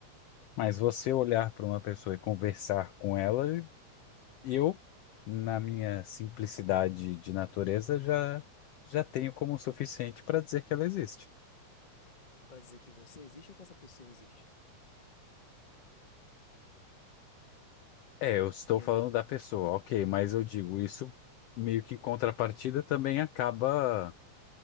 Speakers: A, on the left; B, on the left.
A: Mas você olhar para uma pessoa e conversar com ela, eu, na minha simplicidade de natureza, já já tenho como o suficiente para dizer que ela existe.
B: mas para dizer que você existe ou que essa pessoa existe?
A: É, eu estou
B: E
A: falando
B: aí?
A: da pessoa, ok, mas eu digo isso meio que em contrapartida também acaba